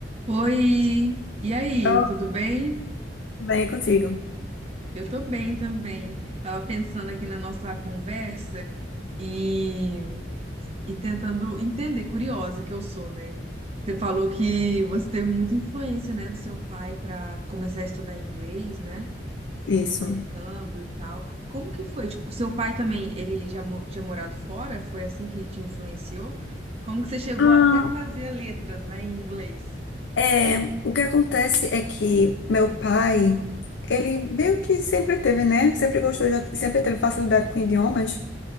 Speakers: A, on the right; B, on the left.
A: Oi, e aí,
B: Eu
A: tudo bem?
B: venho contigo.
A: Eu tô bem também. Tava pensando aqui na nossa conversa e, e tentando entender, curiosa que eu sou, né? Você falou que você teve muita influência, né, do seu pai para começar a estudar inglês, né? Você
B: Isso.
A: fez intercâmbio e tal. Como que foi? Tipo, seu pai também, ele já mo- tinha morado fora? Foi assim que te influenciou? Como que você chegou
B: Ah,
A: até a fazer letras, né, em inglês?
B: É, o que acontece é que meu pai, ele meio que sempre teve, né? Sempre gostou, de- sempre teve facilidade com idiomas.